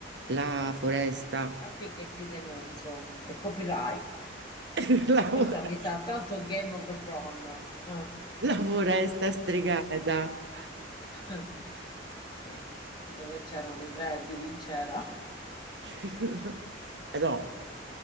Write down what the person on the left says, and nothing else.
Sappi che ti denuncio per copyright.
Questa mi sa tanto Game of Thrones. Eh.
<laughs> Eh, Dove c'erano i freddi, chi c'era?